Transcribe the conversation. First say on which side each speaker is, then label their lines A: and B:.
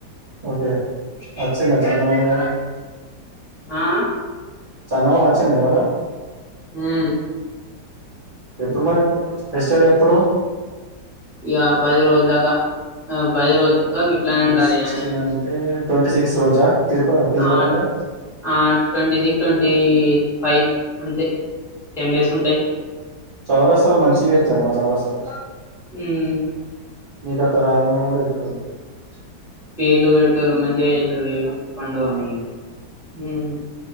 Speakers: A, on the right (about 45°); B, in the centre.
A: ఓకే అచ్చిందా చందమామా ఇయల
B: ఆ
A: చందమామా వచ్చిందా ఇవాల
B: ఉం
A: ఎప్పుడు మరి ఫెస్టివల్ ఎప్పుడు
B: ఇగ పది రోజుల దాకా పది రోజులు దాకా ఇట్లానే
A: ఇయాల
B: ఉండాలి
A: సిక్స్టీన్
B: అని
A: అంటే ట్వంటీ సిక్స్ రోజా తిరుప పీర్ల
B: ఆ
A: పండుగ
B: ఆ ట్వంట సిక్స్ ట్వ టీ ఫైవ్ అంతే టెన్ డేస్ ఉంటాయి
A: చౌరస్తలో మంచిగా ఇస్తారు మా చౌరస్తలో
B: ఉం
A: మీకక్క రామున్న కూడా ఇప్పుడు ఉ <unintelligible>
B: పేర్లు పెడతారు మంచిగా చేస్తారు ఇడ పండుగ
A: ఉమ్
B: హమ్